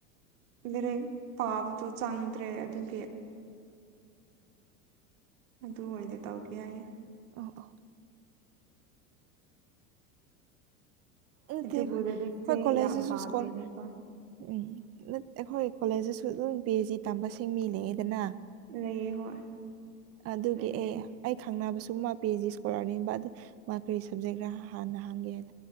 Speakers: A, on the right; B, on the right.
A: ꯃꯔꯦ ꯄꯥꯕꯗꯨ ꯆꯪꯗ꯭ꯔꯦ ꯑꯗꯨꯒꯤ ꯑꯗꯨ ꯑꯣꯏꯅ ꯇꯧꯒꯦ ꯍꯥꯏꯌꯦ
B: ꯑ ꯑ ꯍꯣꯏ ꯎ
A: ꯑꯗꯨꯕꯨ
B: ꯊ ꯍꯣꯏ
A: ꯂꯥꯏꯔꯤꯛꯁꯦ
B: ꯍꯣꯏ ꯀꯣꯂꯦꯖꯁꯤꯁꯨ
A: ꯌꯥꯝ ꯄꯥꯗꯣꯏꯅꯦꯀꯣ
B: ꯁꯀꯣꯜ ꯎꯝ ꯑꯩꯈꯣꯏ ꯀꯣꯂꯦꯖꯇꯁꯨ ꯑꯗꯨꯝ ꯄꯤ ꯑꯩꯆ ꯗꯤ ꯇꯝꯕꯁꯤꯡ ꯃꯤ ꯂꯩꯑꯦꯗꯅ
A: ꯂꯩꯌꯦ ꯍꯣꯏ
B: ꯑꯗꯨꯒꯤ
A: ꯂꯩꯒꯅꯤ
B: ꯑꯦ ꯑꯩ ꯈꯪꯅꯕ ꯁꯨꯝ ꯃꯥ ꯄꯤ ꯑꯩꯆ ꯗꯤ ꯏꯁꯀꯣꯂꯔꯅꯤꯕ ꯑꯗꯨ ꯃꯥ ꯀꯔꯤ ꯁꯞꯖꯦꯛ ꯈꯔ ꯍꯥꯟꯅ ꯍꯥꯡꯒꯦ ꯍꯥꯏ